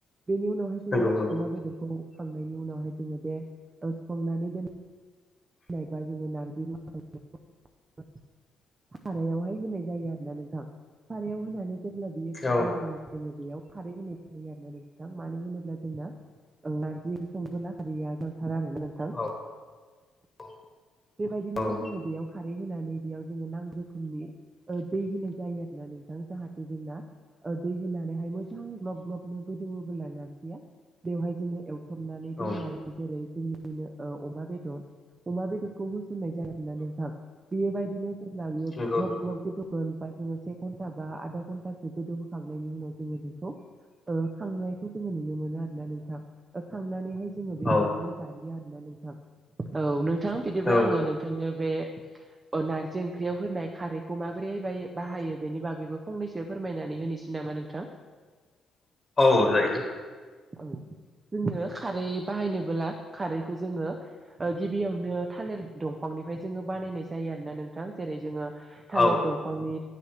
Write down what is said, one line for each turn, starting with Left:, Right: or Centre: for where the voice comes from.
Right: बेनि उनावहाय जोङो
Left: नंगौ नंगौ
Right: अमा बेदरखौ खांनायनि उनावहाय जोङो बे सुखांनानै दोन नायबा जोङो नारजि रुखां <unintelligible> सारायावहाय होनाय जायो आरोना नोंथां सारायाव होनानै जेब्ला बियो सोगोन
Left: औ
Right: अ होननानै जोङो बेयाव खारै होनाय जायो आरोना नोंथां मानो होनोब्ला जों नारजि संबोला खारैया गोनांथार आरोना नोंथां
Left: औ औ
Right: बेबायदिनोहाय
Left: औ
Right: जोङो बेयाव खारै होनानै बेयाव जोङो नांगौ रोखोमनि दै होनाय जायो आरोना नों थां जाहाथे जोंना दै होनानैहाय मोजां ग्लब ग्लबनो गोदोङोबोला नारजिया बेवहाय जोङो एवथ्रमबनानै
Left: औ
Right: दोननाय जेरै जोंनिनो अमा बेदर अमा बेदरखौ होसननाय जाया आरोोना नोंथां बेबायदिनो जेब्ला बियो
Left: नंगौ
Right: ग्लब
Left: नंगौ
Right: ग्लब गोदौगोन बा जोङो से घन्टा बा आधा घन्टासो गोदौहोखांनायनि उनाव जोङो बेखौ खांनायखौ जोङो नुनो मोनो आरो ना नोंथां खांनानैहाय जोङो बेबायदिनो
Left: औ
Right: जायो आरोना नोंथां औ नोंथां बिदिब्ला
Left: औ
Right: आङो नोंथांनो बे नारजि ओंख्रियाव होनाय खारैखौ माबोरैहाय बाहायो बेनि बागैबो फंनैसो फोरमायनानै होनोसै नामा नोंथां
Left: औ जायो।
Right: औ जोङो खारै बाहायनोबोब्ला खारैखौ जोङो गिबियावनो थालिर दंफांनि फ्राय जोङो बानायनाय जायो आरोना नोंथां। जेरै जोङो थालिर
Left: औ
Right: दंफांनि